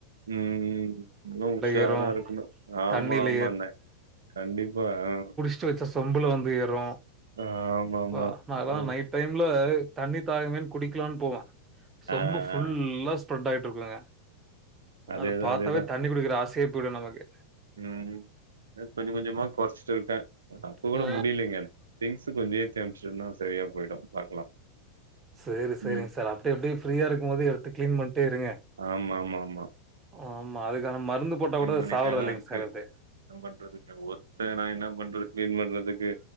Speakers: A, on the right; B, on the right.
A: ம் ம் இன்னு உஷாராருக்கணு
B: ஏறும்,
A: ஆமா
B: தண்ணீல
A: ஆமாணே கண்டிப்பா அ
B: ச்ச வச்ச சொம்புல வந்து ஏறு
A: ஆமாமா.
B: ப்பா நா தா
A: அ.
B: நைட் டைம்ல தண்ணி தாகமேன் குடிக்கலான் போவா சொம்பு
A: ஆ,
B: ஃபு
A: ஆ.
B: ஃபுல்லா ஸ்ப்ரெட் ஆகிட்டுருக்குங்க
A: அதேதான்,
B: அத பாத்தாவே
A: அதேதான்.
B: தண்ணி குடிக்கிற ஆசையே போய்டு நமக்கு
A: ம் அத கொஞ்ச கொஞ்சமா கொறச்சிட்டு இருக்கே அப்ப கூட
B: ஆ.
A: முடியலைங்க திங்ஸு கொஞ்ச ஏத்தி அனும்ச்ட்டன்னா சரியா போயிடு பாக்கலா
B: சேரி சேரிங்க
A: ம்
B: சார் அப்டி அப்டியே ஃப்ரீயா இருக்கும்போது எடுத்து க்ளீன் பண்ட்டே இருங்க
A: ஆமாம்மாம்மா
B: ஆமா அதுக்கான மருந்து போட்டா கூட
A: பண்ணிட்டே
B: சாவறதா
A: தா
B: இல்லைங்க
A: இருக்கு
B: சார் இது
A: என்ன பண்றதுங்க ஒர்த்த நா என்ன பண்றது க்ளீன் பண்றதுக்கு